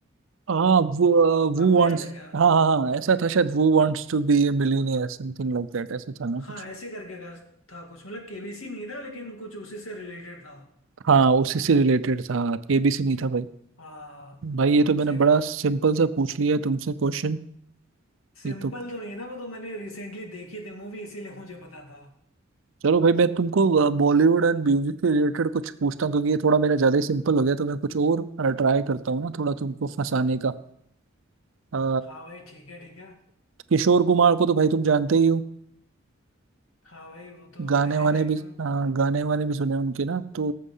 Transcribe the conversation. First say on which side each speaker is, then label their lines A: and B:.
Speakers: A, on the right (about 65°); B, on the left (about 85°).
A: हाँ वो वो
B: आपको
A: वांट्स
B: याद है क्या
A: हाँ हाँ हाँ ऐसा था शायद वो wants to be a millionaire something like that ऐसा था ना कुछ
B: हाँ ऐसे करके का था कुछ मतलब केबीसी नहीं था लेकिन कुछ उसी से रिलेटेड था
A: हाँ उसी से रिलेटेड था केबीसी नहीं था भाई
B: हाँ
A: भाई ये तो मैंने
B: सही बात
A: बड़ा सिंपल
B: है
A: सा पूछ लिया तुमसे क्वेश्चन
B: सिंपल
A: ये तो
B: तो नहीं था वो तो मैंने रिसेंटली देखी थी मूवी इसीलिए मुझे पता था
A: चलो भाई मैं तुमको बॉलीवुड एंड म्यूजिक के रिलेटेड कुछ पूछता हूँ क्योंकि ये थोड़ा मेरा ज्यादा ही सिंपल हो गया तो मैं कुछ और ट्राई करता हूँ ना थोड़ा तुमको फंसाने का अ,
B: हाँ भाई ठीक है ठीक है
A: किशोर कुमार को तो भाई तुम जानते ही हो
B: हाँ भाई वो तो
A: गाने
B: लेजेंड
A: वाने
B: है
A: भी
B: एकदम
A: अ, गाने वाने भी सुने उनके ना तो